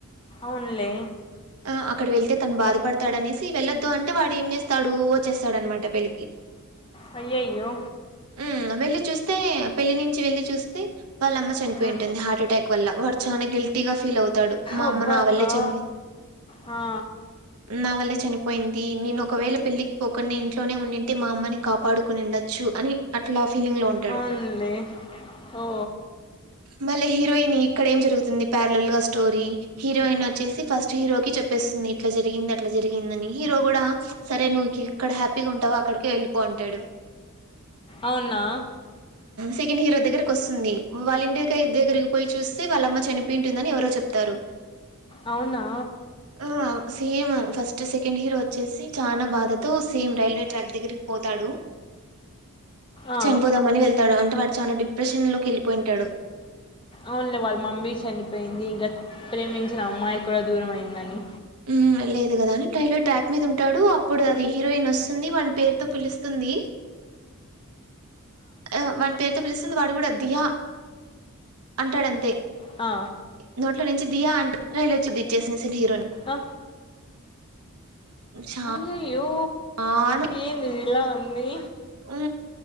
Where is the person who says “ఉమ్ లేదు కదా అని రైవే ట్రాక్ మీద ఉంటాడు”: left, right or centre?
Right